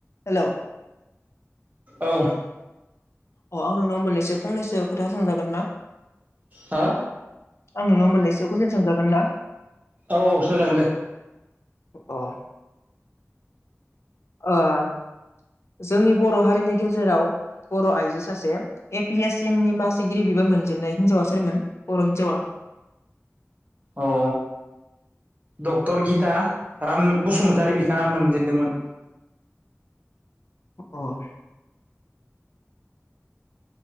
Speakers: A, on the left (about 60°); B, on the right (about 30°).
A: हेल'।
B: औ।
A: अ। आं नोंनाव मोन्नैसो फंनैसो खोथाासांजागोन ना?
B: हो?
A: आं नोंनाव मोननैसो कुइसन सोंजागोन ना?
B: औ औ सोजागोन दे।
A: अ आह जोंनि बर' हारिनि गेजेराव बर' आइजो सासे ए पि एस सिम नि मासिगिरि बिबान मोनजेननाय हिनजावा सोरमोन बर' हिनजावा?
B: औ। डक्टर गिता राम बसुमतारि बिथाङा मोनजेनदोंमोन।
A: अह।